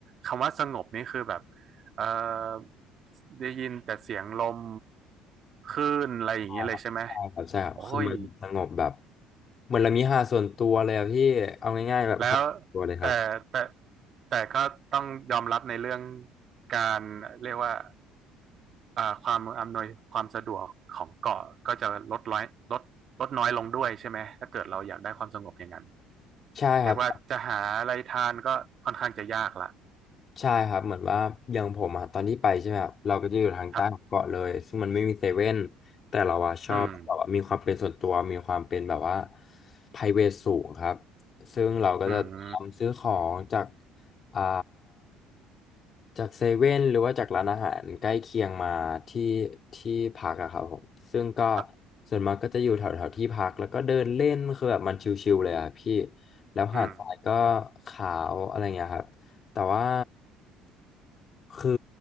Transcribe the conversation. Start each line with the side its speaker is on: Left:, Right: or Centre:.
Right: คำว่าสงบนี่คือแบบเอ่อได้ยินแต่เสียงลมคลื่นอะไรอย่างนี้เลยใช่ไหม
Left: ใช่ครับใช่ครับใช่ครับคือมันสงบแบบ
Right: โอ้ย
Left: เหมือนเรามีหาดส่วนตัวเลยอะพี่เอาง่ายๆแบบหาดส่วนตัวเลยครับ
Right: แล้วแต่แต่แต่ก็ต้องยอมรับในเรื่องการเรียกว่าอ่าความอำนวยความสะดวกของเกาะก็จะลดน้อยลดลดน้อยลงด้วยใช่ไหมถ้าเกิดเราอยากได้ความสงบอย่างนั้น
Left: ใช่ครับ
Right: เรียกว่าจะหาอะไรทานก็ค่อนข้างจะยากละ
Left: ใช่ครับเหมือนว่าอย่างผมอะตอนที่ไปใช่ไหมครับเราก็จะอยู่ทางใต้ของเกาะเลยซึ่งมันไม่มีเซเว่น
Right: ครับ
Left: แต่เราอะชอบแบบว่ามีความเป็นส่วนตัวมีความเป็นแบบว่า
Right: อืม
Left: private สูงครับซึ่งเราก็จะเตรียมซื้อของจาก
Right: อืม
Left: อ่าจากเซเว่นหรือว่าจากร้านอาหารใกล้เคียงมาที่ที่พักอะครับผมซึ่งก็
Right: ครับ
Left: ส่วนมากก็จะอยู่แถวแถวที่พักแล้วก็เดินเล่นคือแบบมันชิลๆเลยอะพี่แล้วหาดทรายก็
Right: อืม
Left: ขาวอะไรเงี้ยครับ แต่ว่าคือ